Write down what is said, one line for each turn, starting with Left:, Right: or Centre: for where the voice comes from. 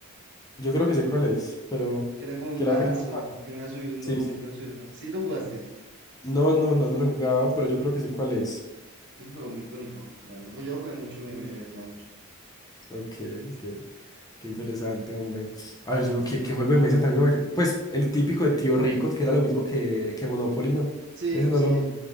Left: Yo creo que sé cuál es, pero
Right: que era como un
Left: que
Right: ganso
Left: la oca es como un pato.
Right: y, y que uno iba subiendo,
Left: Sí, sí.
Right: uno iba subiendo como... Sí, lo jugaste.
Left: No, no, no, no lo he jugado, pero yo creo que sé cuál es.
Right: Es un juego muy icónico, la verdad. Pues yo lo jugué mucho, me,
Left: Mm.
Right: me divertía mucho.
Left: Ok, ok. Qué interesante, hombre. A ver, yo qué qué juego de mesa también lo... agre- Pues el típico de Tío Rico, que era lo mismo que, que Monopoly, ¿no?
Right: Sí,
Left: Ese no
Right: sí.
Left: lo...